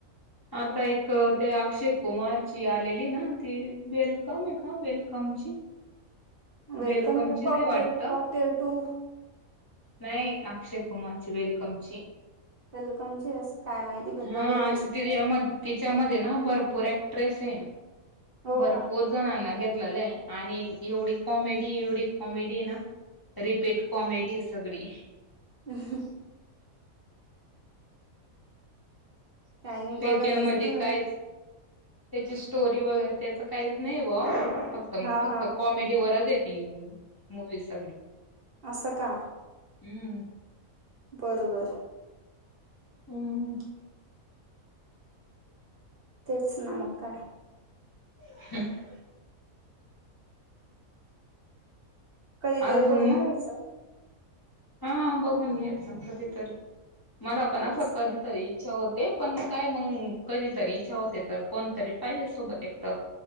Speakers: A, on the left; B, on the right.
A: आता एक ते अक्षय कुमारची आलेली ना ती वेलकम आहे का वेलकमची
B: वेलकमे
A: वेलकमची
B: का कॉकटेल,
A: बी वाटत
B: कॉकटेल टू.
A: नाही अक्षय कुमारची वेलकम ची.
B: वेलकम चीस काय माहिती. पण
A: हा
B: बघितलीच
A: अ
B: नाही.
A: तिच्या तिच्यामध्ये ना भरपूर ऍक्ट्रेस आहे,
B: हो
A: भरपूर
B: का
A: जणांना घेतलेलं आहे आणि एवढी कॉमेडी, एवढी कॉमेडी आहे ना रिपीट कॉमेडी सगळी.
B: हम काही नाही
A: पेचन
B: बघतच
A: म्हणजे
B: नाही
A: कायच त्याची स्टोरी वगैरे त्याच काहीच नाही व फक्त,
B: हा
A: फक्त
B: हा
A: कॉमेडीवरच आहेत. टी व मूवी सगळी.
B: अस का
A: हम्म
B: बरोबर
A: हम्म
B: तेच ना मकार
A: ह
B: कधीतरी
A: अजून
B: बघून
A: मग
B: घ्यायचं
A: हा बघून घच कधीतरी मला पण
B: तेच
A: असं कधी इच्छा होते पण काय मग कधीतरी इच्छा होते तर कोणतरी पाहिजे सोबत एक तर